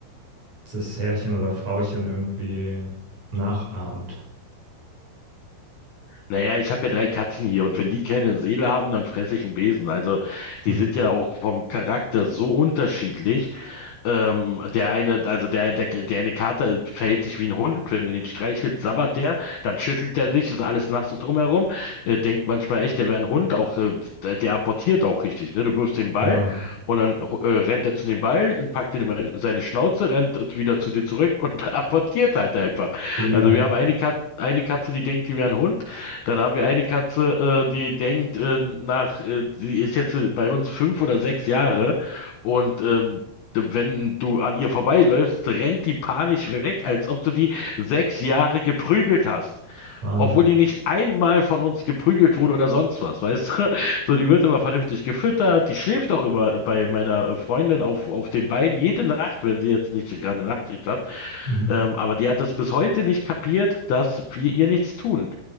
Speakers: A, on the right; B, on the left.
A: das Herrchen oder Frauchen irgendwie nachahmt.
B: Naja, ich habe ja drei Katzen hier und wenn die keine Seele haben, dann fresse ich einen Besen. Also,
A: <laughs>
B: die sind ja auch vom Charakter so unterschiedlich. Ähm, der eine, also der, der, der eine Kater verhält sich wie ein Hund. Wenn du ihn streichelst, sabbert der, dann schüttelt er sich, ist alles nass so drumherum. Äh, denkt manchmal echt, der wäre ein Hund, auch äh, der der apportiert auch richtig, ne? Du wirfst den Ball
A: Ja,
B: und dann äh, rennt er zu dem Ball und packt ihn in seine Schnauze, rennt wieder zu dir zurück und <laughs> apportiert halt einfach.
A: genial.
B: Also wir haben eine Katze, eine Katze, die denkt, die wäre ein Hund. Dann haben wir eine Katze, äh, die denkt, äh, nach, äh, die ist jetzt äh, bei uns fünf oder sechs Jahre und ähm, wenn du an ihr vorbeiläufst, rennt die panisch weg, als ob du die sechs Jahre geprügelt hast.
A: Wahnsinn.
B: Obwohl die nicht einmal von uns geprügelt wurde oder sonst was, weißt du? <laughs> So, die wird immer vernünftig gefüttert, die schläft auch immer bei meiner Freundin auf, auf den Beinen jede Nacht, wenn sie jetzt nicht gerade eine Nachtschicht hat.
A: Mhm.
B: Ähm, aber die hat es bis heute nicht kapiert, dass wir ihr nichts tun.